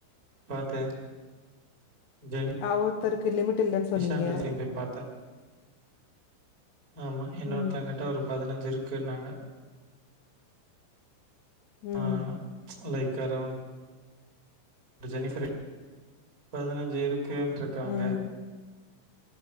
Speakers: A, on the right (about 30°); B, on the left (about 75°).
A: பாத்தே ஜெனி
B: ஒருத்தருக்கு லிமிட் இல்லைன்னு
A: னிசான்ற
B: சொன்னீங்க
A: சேம் டேய் பாத்த ஆமா இன்னொருத்தங்கிட்ட
B: ம்
A: ஒரு பதினஞ்சு இருக்குன்னாங்க
B: ம்,
A: ஆ லைக் அரவுண்ட் ஜெனிஃபரு பதினஞ்சு இருக்குன்ருக்காங்க
B: ம்,